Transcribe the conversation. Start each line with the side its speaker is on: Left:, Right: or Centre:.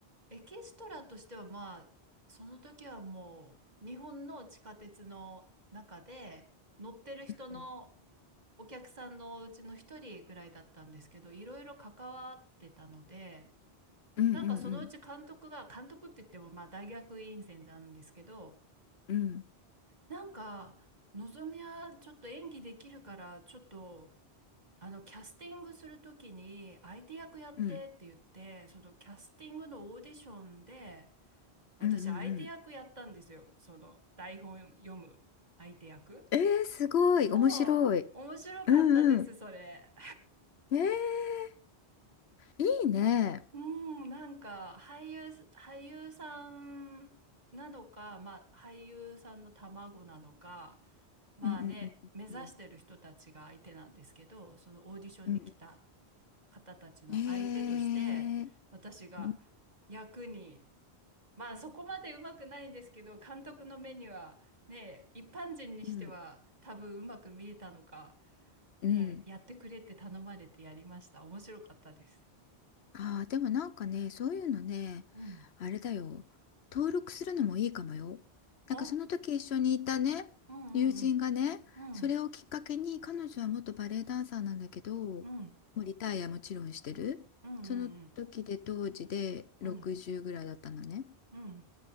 Right: エキストラとしてはまあ、その時はもう日本の地下鉄の中で乗ってる人の
Left: う
Right: お客さんのうちの一人ぐらいだったんですけど、いろいろ関わってたので、
Left: んうんうん
Right: なんかそのうち監督が、監督って言ってもまあ大学院生なんですけど、
Left: うんうん
Right: なんか、のぞみはちょっと演技できるから、ちょっと、あの、キャスティングするときに、相手役やってって言って、
Left: うん
Right: そのキャスティングのオーディションで、私、
Left: うんうんうんうん
Right: 相手役やったんですよ。その、台本読む相手役。
Left: えー、すごい、
Right: そう、
Left: 面白い。
Right: 面白かったです、
Left: うんうん。
Right: それ。
Left: えー、いいね。
Right: <laughs> うん、なんか、俳優、俳優さんなのか、まあ、俳優さんの卵なのか、まあね、
Left: うんうんうんうん
Right: 目指してる人たちが相手なんですけど、そのオーディションに来た
Left: うん
Right: 方たちの相手として、
Left: うん。えー、
Right: 私が
Left: うん
Right: 役に、まあそこまでうまくないんですけど、監督の目にはね、一般人にしては多分うまく見えたのか、
Left: うん
Right: ね、
Left: うん。
Right: やってくれって頼まれてやりました。面白かったです。
Left: ああ、でもなんかね、そういうのね、
Right: うん。
Left: あれだよ、登録するのもいいかもよ。なんかその時一緒にいたね、
Right: あ、うんうんうん。
Left: 友人がね、
Right: うん。
Left: それをきっかけに、彼女は元バレエダンサーなんだけど、も
Right: うん。
Left: うリタイアもちろんしてる。
Right: うんうん
Left: その時で当時で60ぐらいだったのね。
Right: うん。うん。うん